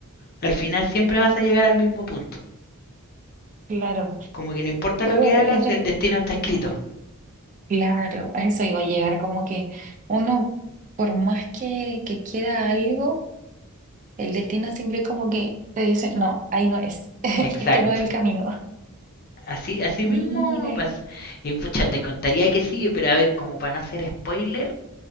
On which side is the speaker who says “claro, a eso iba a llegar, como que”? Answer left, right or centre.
Right